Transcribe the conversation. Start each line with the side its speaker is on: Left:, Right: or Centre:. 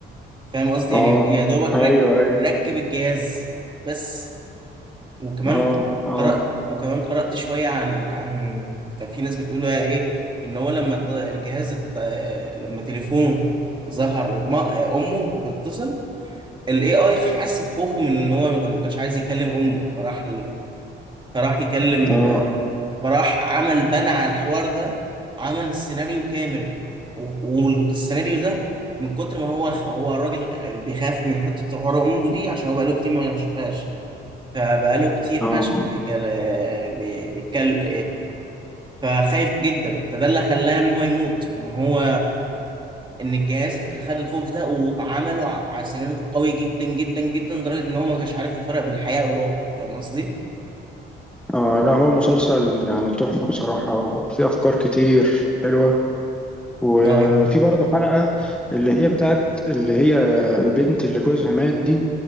Right: فاهم قصدي
Centre: اه
Right: يعني يا دوبك
Centre: ايوه
Right: رك
Centre: ايوه
Right: ركب الجهاز بس وكمان
Centre: اه اه
Right: قرأت وكمان قرأت شوية عن عن كان في ناس بتقول بقى ايه ان هو لما الط- الجهاز الط- لما تليفونه ظهر ما امه بتتصل الاي اي حس بخوفه من ان هو ما كانش عايز يكلم امه فراح ل- فراح يكلم
Centre: اه
Right: فراح عمل بنى على الحوار ده عمل سيناريو كامل و- والسيناريو ده من كتر ما هو هو الراجل بيخاف من حتة حوار أمه دي عشان هو بقاله كتير ما شافهاش فبقاله كتير
Centre: اه
Right: فشخ بيتكلم بيتكلم فخايف جدا فده اللي خلاه ان هو يموت ان هو ان الجهاز خد الخوف ده وعمله ع- على سيناريو قوي جدا جدا جدا لدرجة ان هو ما كانش عارف يفرق بين الحقيقة والواقع فاهم قصدي؟
Centre: اه لا هو مسلسل يعني تحفة بصراحة وفيه أفكار كتير حلوة وفي
Right: اه
Centre: برضه حلقة اللي هي بتاعت اللي هي البنت اللي جوزها مات دي